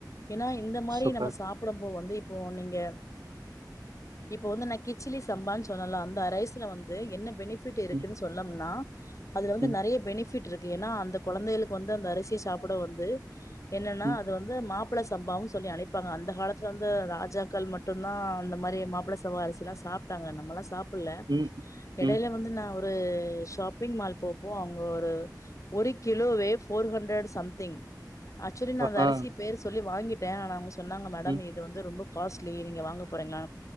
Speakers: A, on the left (about 45°); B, on the right (about 75°).
A: ஏன்னா இந்த மாரி
B: சூப்பர்
A: நம்ம சாப்புடும்போ வந்து இப்போ நீங்க இப்போ வந்து நா கிச்சிலி சம்பான்னு சொன்னல்ல அந்த ரைஸ்ல வந்து என்ன ஃபிட் இருக்குன்னு
B: ம்
A: சொன்னோம்னா அதுல வந்து
B: ம்
A: நெறைய பெனி ஃபிட் இருக்கு ஏன்னா அந்த கொழந்தைகளுக்கு வந்து அந்த அரிசி சாப்புட வந்து என்னன்னா
B: ம்
A: அது வந்து மா மாப்பிள சம்பாவு சொல்லி அழைப்பாங்க அந்த காலத்துல வந்து ராஜாக்கள் மட்டும்தா அந்த மாரி மாப்பிள சம்பா அரிசில்லா சாப்ட்டாங்க நம்மல்லா சாப் புட்ல
B: ம்
A: எடையில
B: ம்
A: வந்து நா ஒரு ஷாப்பிங் மால் போப்போ அங்க ஒரு ஒரு கிலோவே ஃபோர் ஹண்ட்ரட் சம்திங் ஆக்சுவலி நா
B: ஆ
A: அந்த அரிசி
B: ஆ,
A: பேர் சொல்லி வாங்கிட் ட ஆனா அவங்க சொன்னாங்க மேடம்
B: ம்
A: இது வந்து ரொம்ப காஸ்ட்லி நீங்க வாங்க போறெங்ளா